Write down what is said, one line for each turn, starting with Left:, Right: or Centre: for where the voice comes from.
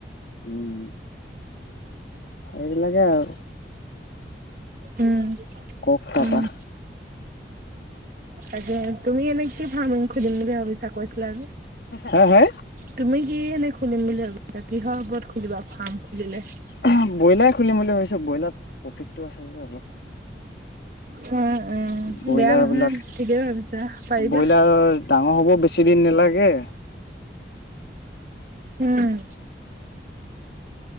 Left: উম সেইবিলাকে আৰু
Right: উম
Left: কওক তাপা
Right: উম উম তাকে তুমি এ এনেই কি ফাৰ্মিং বুলি ভাবিছা কৈছিলা যে
Left: হে হে
Right: তুমি কি এনে খুলিম বুলি ভাবিছা কিহৰ ওপৰত খুলিবা ফাৰ্ম খুলিলে
Left: <unintelligible>
Right: উম উম
Left: ব্ৰইলাৰ
Right: বেয়া নহয়
Left: বিলাক
Right: ঠিকেই ভাবিছা পাৰিবা
Left: ব্ৰইলাৰ ডাঙৰ হব বেছি দিন নালাগে।
Right: উম